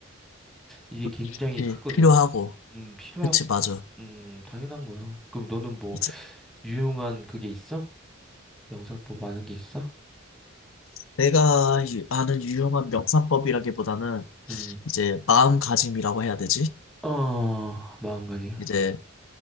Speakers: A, in the centre; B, on the left.
A: 이게
B: 그치.
A: 굉장히 크거든.
B: 필요하고.
A: 음, 필요하고,
B: 그치, 맞아.
A: 음, 당연한 거야. 그럼 너는 뭐
B: 이제
A: 유용한 그게 있어? 명상법 아는 게 있어?
B: 내가 유- 아는 유용한 명상법이라기보다는
A: 음,
B: 이제 마음가짐이라고 해야 되지?
A: 어, 마음가짐.
B: 이제